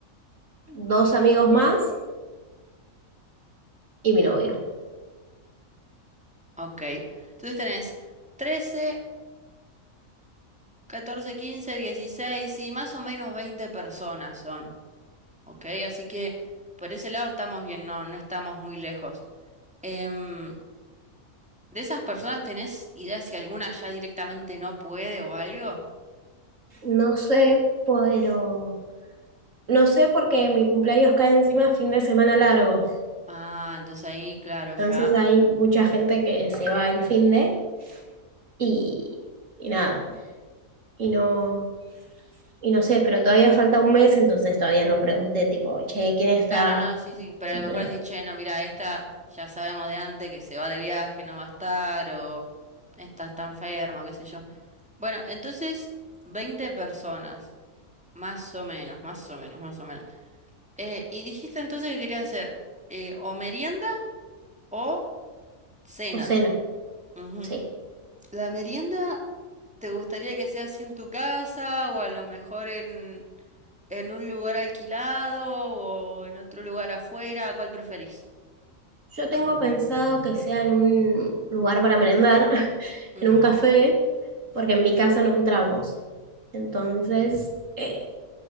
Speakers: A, on the right; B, in the centre.
A: dos amigos más y mi novio.
B: Ok. Entonces tenés trece, catorce, quince, dieciséis sí, más o menos 20 personas son. Ok, así que por ese lado estamos bien, no, no estamos muy lejos. Em, ¿de esas personas tenés idea si alguna ya directamente no puede o algo?
A: No sé, pero no sé porque mi cumpleaños cae encima fin de semana largo.
B: Ah, entonces ahí, claro, ya.
A: Entonces hay mucha gente que se va el fin de y, y nada. Y no, y no sé, pero todavía falta un mes, entonces todavía no pregunté tipo, che, ¿quién está
B: Claro, no, sí, sí, pero
A: cumple?
B: a lo mejor decís, che, no, mira, esta ya sabemos de antes que se va de viaje, no va a estar, o esta está enferma, qué sé yo. Bueno, entonces, 20 personas, más o menos, más o menos, más o menos. Eh, y dijiste entonces que querías hacer eh, o merienda o cena.
A: O cena,
B: Ujú.
A: sí.
B: ¿La merienda te gustaría que sea así en tu casa o a lo mejor en, en un lugar alquilado o en otro lugar afuera? ¿Cuál preferís?
A: Yo tengo pensado que sea en un lugar para merendar, <laughs>
B: Ujú.
A: en un café, porque en mi casa no entramos. Entonces, eh,